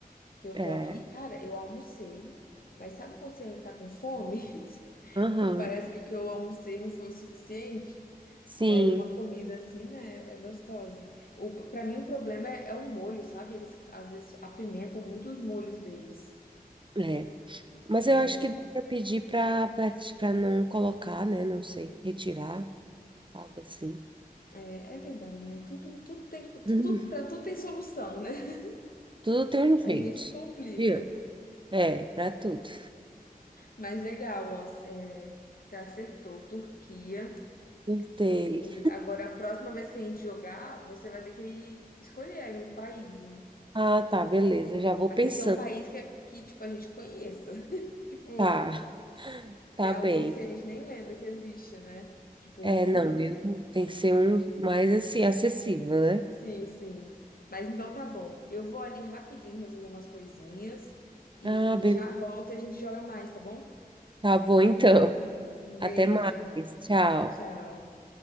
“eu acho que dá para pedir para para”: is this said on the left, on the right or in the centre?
Right